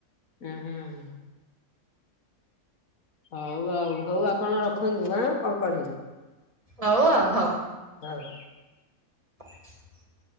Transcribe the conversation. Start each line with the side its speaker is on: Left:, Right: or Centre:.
Left: ଉଁ ହୁଁ ହୁଁ। ହଉ ଆଉ ହଉ ଆପଣ ରଖନ୍ତୁ ଆଁ କଣ କରିବି?
Right: ହଉ ଆଉ ହଉ।
Left: ହଉ।
Right: <unintelligible>